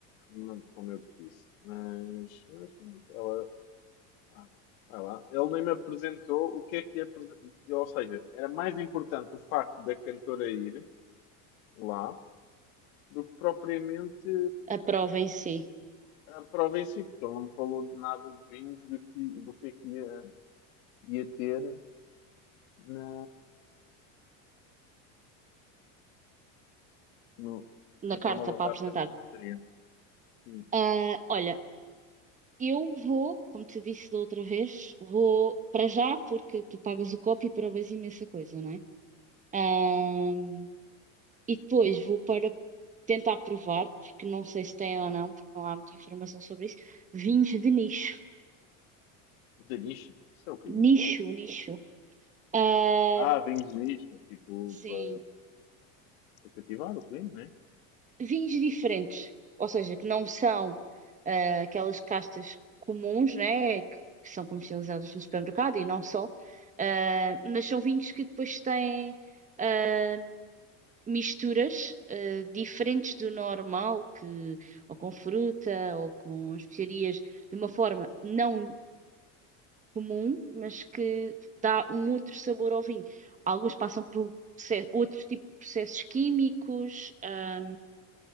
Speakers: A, on the left (about 80°); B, on the right (about 20°).
A: Não, como eu te disse. Mas, mas pronto, ela. Ah, vai lá. Ele nem me apresentou o que é que é. apresen- Ou seja, era mais importante o facto da cantora ir lá do que propriamente
B: A prova em si,
A: a prova em si, porque ele não me falou de nada de vinhos, do que, do que é que ia, ia ter na. No, o
B: na
A: meu telemóvel
B: carta para
A: está
B: apresentar.
A: a ficar sem bateria. Hum,
B: Ah, olha, eu vou, como te disse da outra vez, vou para já, porque tu pagas o copo e provas imensa coisa, não é? Ah, e depois vou para tentar provar, porque não sei se tem ou não, porque não há muita informação sobre isso, vinhos de nicho.
A: Da nicho, isso é o quê?
B: Nicho, nicho. Ah,
A: Ah, vens nicho, tipo,
B: sim,
A: para para cativar o cliente, né?
B: vinhos diferentes, ou seja, que não são ah, aquelas castas comuns, né, que, que são comercializadas no supermercado e não só, ah, mas são vinhos que depois têm ah, misturas ah, diferentes do normal, que ou com fruta ou com especiarias, de uma forma não comum, mas que dá um outro sabor ao vinho. Alguns passam por proce- outros tipos de processos químicos. ah,